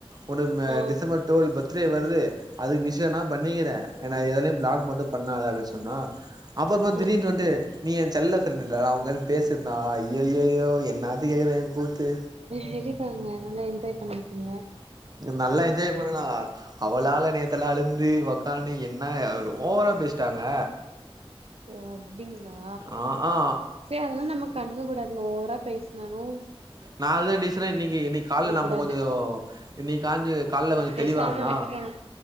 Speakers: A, on the right; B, on the right.
A: உ
B: ஆ
A: டிசம்பர் டுவல் பத்து த்த வருது அதுக்கு விஷய நா பண்ணிக்கிறே ஏனா எதலேயூ பிளாக் மட்டு பண்ணாதே அப்டின்னு சொன்னா அப்போ அப்போ திடீனு
B: ம்
A: வந்துட்டு நீ என் செல்ல ஃப்ரெண்டுட நா அவங்கள பேசிருந்தா அய்யய்யோ என்னான் கேகுறே கூத்து
B: சரிதாங்க நல்லா என்ஜாய் பண்ணிருக்கீங்க
A: நல்லா என்ஜாய் பண்ணலா அவளால நேத்தல அழுந்து ஓக்கான்னு என்ன ஓவரா பேசிட்டாங்க
B: ஓ அப்டிங்களா
A: ஆ ஆ
B: சேரி அததா நம்ம கண்டுக்க கூடாதுங்க ஓவரா பேசினானு
A: நா அதுதா டீசரன் இன்னைக்கு இன்னைக்கு கால நம்ம
B: கூடாது
A: கொஞ்சோ இன்னிக்கு காஞ்சு காலைல கொஞ்சோ
B: பேசாம
A: தெளிவானேனா
B: விட்றணு